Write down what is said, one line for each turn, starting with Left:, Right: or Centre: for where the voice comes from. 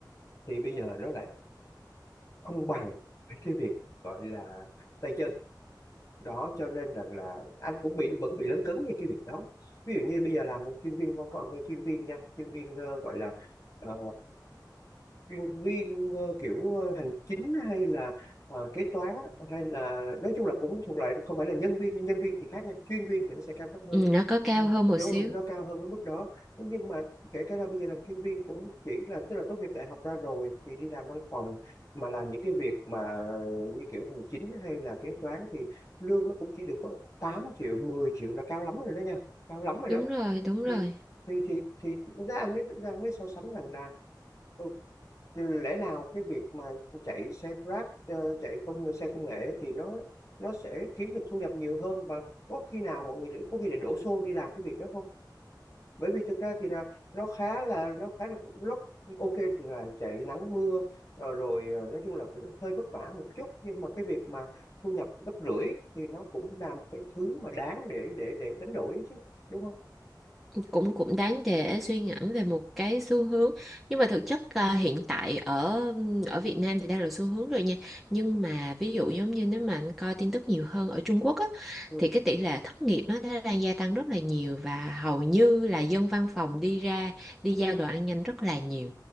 Left: thì bây giờ nó lại không bằng cái việc gọi là tay chân đó cho nên rằng là anh cũng bị vẫn bị lấn cấn về cái việc đó ví dụ như bây giờ làm một chuyên viên văn phòng chuyên viên nha chuyên viên ờ, gọi là ờ, chuyên viên ờ, kiểu ờ, hành chính hay là ờ, kế toán á, hay là nói chung là cũng thuộc loại không phải là nhân viên nha. nhân viên thì khác nha chuyên viên thì nó sẽ cao cấp hơn
Centre: ừ, nó có cao
Left: ừ,
Centre: hơn một
Left: đúng
Centre: xíu
Left: rồi nó cao hơn cái mức đó Thế nhưng mà kể cả là bây giờ làm chuyên viên cũng chỉ là tức là tốt nghiệp đại học ra rồi thì đi làm văn phòng mà làm những cái việc mà như kiểu hành chính hay là kế toán thì lương nó cũng chỉ được có 8 triệu 10 triệu là cao lắm rồi đó nha cao lắm rồi đó
Centre: đúng rồi đúng rồi
Left: thì thì thì thì ra anh mới đang mới so sánh rằng là ừ, lẽ nào cái việc mà chạy xe Grab ờ, chạy công xe công nghệ thì nó nó sẽ kiếm được thu nhập nhiều hơn và có khi nào mọi người để- có khi để đổ xô đi làm cái việc đó không bởi vì thực ra thì là nó khá là nó khá là lúc ok thì là chạy nắng mưa ờ, rồi ờ, nói chung là cũng hơi vất vả một chút nhưng mà cái việc mà thu nhập gấp rưỡi thì nó cũng là một cái thứ mà đáng để để để đánh đổi chứ đúng không
Centre: cũng cũng đáng để suy ngẫm về một cái xu hướng nhưng mà thực chất à, hiện tại ở ở Việt Nam thì đang là xu hướng rồi nha nhưng mà ví dụ giống như nếu mà anh coi tin tức nhiều hơn ở Trung Quốc á
Left: ừ.
Centre: thì cái tỷ lệ thất nghiệp á nó đang gia tăng rất là nhiều và hầu như là dân văn phòng đi ra đi giao đồ ăn nhanh rất là nhiều